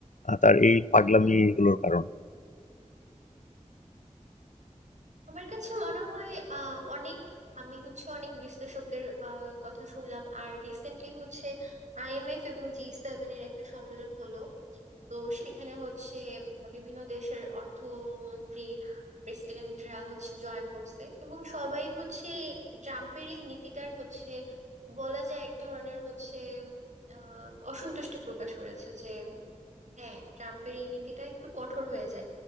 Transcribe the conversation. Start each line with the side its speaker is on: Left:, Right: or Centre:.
Left: তার এই
Right: হুম
Left: পাগলামি
Right: হুম
Left: এগুলোর কারণে
Right: আমার কাছে মনে হয় আহ অনেক আমি হচ্ছে অনেক বিশ্লেষকদের আহ কথা শুনলাম আর রিসেন্টলি হচ্ছে আইএমএফ এবং জি সেভেন এর একটা সম্মেলন হলো তো সেখানে হচ্ছে বিভিন্ন দেশের অর্থমন্ত্রী প্রেসিডেন্টরা হচ্ছে জয়েন করছে এবং সবাই হচ্ছে ট্রাম্পের এই নীতিটার হচ্ছে বলা যায় এক ধরনের হচ্ছে আহ অসন্তুষ্টি প্রকাশ করেছে যে হ্যাঁ ট্রাম্পের এই নীতিটা একটু কঠোর হয়ে যায়